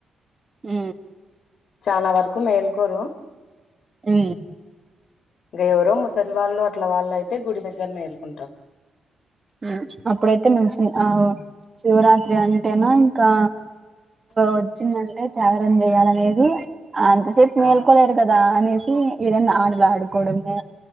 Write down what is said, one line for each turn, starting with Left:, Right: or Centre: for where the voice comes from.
Right: ఉ
Left: చానా వరకు మేల్కోరు
Right: ఉ
Left: ఇంక ఎవరో ముసలి వాళ్ళు అట్ల వాళ్ళు అయితే గుడి దగ్గర మేలుకుంటారు.
Right: ఉ అప్పుడైతే మేము ఆ శివరాత్రి అంటేనా ఇంకా వచ్చిందంటే జాగరణ చేయాలనేది అంతసేపు మేల్కోలేరు
Left: ఆ
Right: కదా అనేస్ సి ఏదన్నా ఆటలు ఆడుకోవడము